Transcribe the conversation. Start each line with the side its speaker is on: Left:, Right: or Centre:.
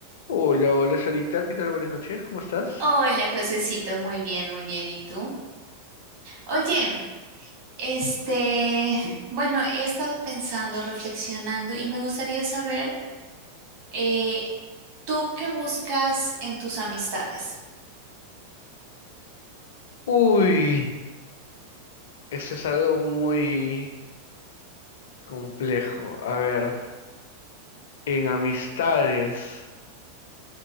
Left: Hola, hola, Solita, ¿qué tal? Buenas noches, ¿cómo estás?
Right: Hola, Josecito, muy bien, muy bien. ¿Y tú? Oye, este, bueno, he estado pensando, reflexionando y me gustaría saber, eh, ¿tú qué buscas en tus amistades?
Left: Uy, eso es algo muy complejo. A ver, en amistades.